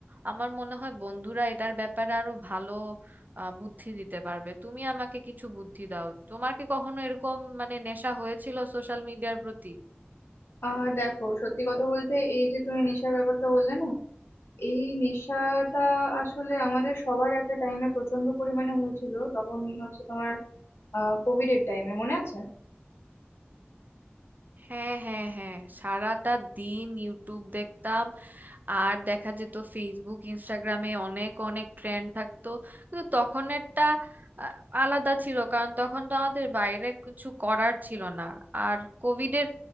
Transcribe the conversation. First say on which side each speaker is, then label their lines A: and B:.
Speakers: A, on the right; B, on the left.
A: আমার মনে হয় বন্ধুরা এটার ব্যাপারে আরো ভালো আহ, বুদ্ধি দিতে পারবে তুমি আমাকে কিছু বুদ্ধি দাও তোমার কি কখনো এরকম মানে নেশা হয়েছিল সোশ্যাল মিডিয়ার প্রতি
B: আহ দেখো সত্যি কথা বলতে এই যে তুমি নেশার ব্যাপারটা বললে না এই নেশাটা আসলে আমাদের সবার একটা টাইমে প্রচন্ড পরিমাণে হয়েছিল তখন হচ্ছে তোমার আহ কোভিড এর টাইমে মনে আছে
A: হ্যাঁ হ্যাঁ হ্যাঁ সারাটা দিন ইউটিউব দেখতাম আর দেখা যেত ফেসবুক ইনস্টাগ্রামে অনেক অনেক ট্রেন্ড থাকতো কিন্তু তখনেরটা আহ, আলাদা ছিল কারণ তখন তো আমাদের বাইরে কিছু করার ছিল না আর কোভিডের